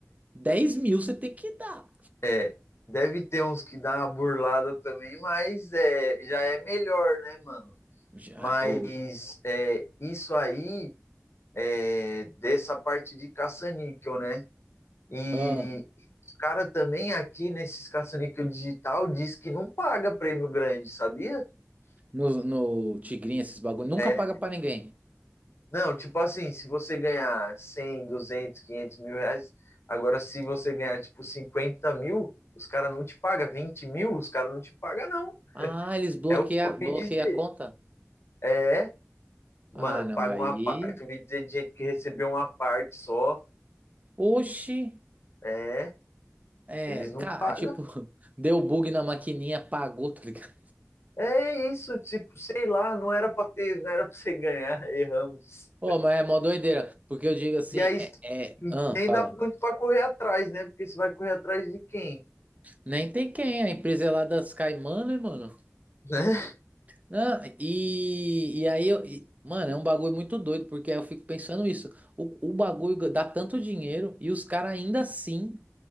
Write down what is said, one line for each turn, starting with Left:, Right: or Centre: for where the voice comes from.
Right: 10 mil você tem que dar.
Left: É, deve ter uns que dá uma burlada também, mas é, já é melhor, né, mano?
Right: Já,
Left: Mas
Right: ou,
Left: é, isso aí é dessa parte de caça-níquel, né? E
Right: ah,
Left: os cara também aqui nesses caça-níquel digital diz que não paga prêmio grande, sabia?
Right: no, no Tigrinho, esses bagulho, nunca
Left: É,
Right: paga pra ninguém.
Left: não, tipo assim, se você ganhar cem, duzentos, quinhentos mil reais, agora se você ganhar tipo 50 mil, os caras não te pagam, 20 mil, os caras não te pagam, não.
Right: Ah, eles bloqueiam,
Left: É o que eu ouvi
Right: bloqueiam
Left: dizer.
Right: a conta?
Left: É, mano,
Right: Ah, não,
Left: paga
Right: aí.
Left: uma parte. Eu vi dizer de gente que recebeu uma parte só.
Right: Oxi,
Left: É,
Right: é,
Left: eles
Right: cara,
Left: não pagam.
Right: tipo, <laughs> deu bug na maquininha, pagou, tá ligado?
Left: É isso, tipo, sei lá, não era pra ter, não era pra você ganhar, <laughs> erramos.
Right: Ô, mas é mó doideira, porque eu digo assim,
Left: E aí
Right: é, é, ah,
Left: nem
Right: fala,
Left: dá muito pra correr atrás, né? Porque você vai correr atrás de quem?
Right: nem tem quem, a empresa é lá das Caimã, né, mano?
Left: Né?
Right: Não, e, e aí, eu, e- mano, é um bagulho muito doido, porque aí eu fico pensando isso, o, o bagulho dá tanto dinheiro e os caras ainda assim